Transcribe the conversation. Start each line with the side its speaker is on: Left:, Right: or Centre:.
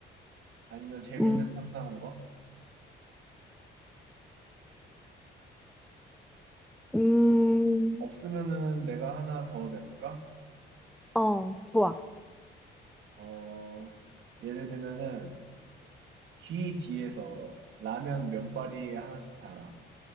Right: 아니면 재밌는
Centre: 음,
Right: 상상한 거?
Centre: 음,
Right: 없으면은 내가 하나 더 내볼까?
Centre: 어, 좋아.
Right: 어, 예를 들면은 귀 뒤에서 라면 면발이 하나씩 자라.